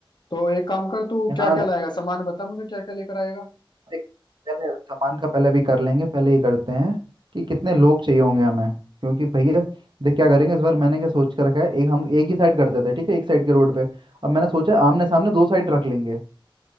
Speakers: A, on the left (about 55°); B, on the right (about 60°).
A: तो एक काम कर तू क्या
B: हाँ
A: क्या लाएगा सामान बता मुझे क्या क्या लेकर आएगा
B: एक- पहले सामान का पहले भी कर लेंगे पहले ये करते हैं कि कितने लोग चाहिए होंगे हमें क्योंकि भैया देख क्या करेंगे इस बार मैंने क्या सोच कर रखा है एक हम एक ही साइड करते थे ठीक है एक साइड के रोड पे अब मैंने सोचा है आमने सामने दो साइड रख लेंगे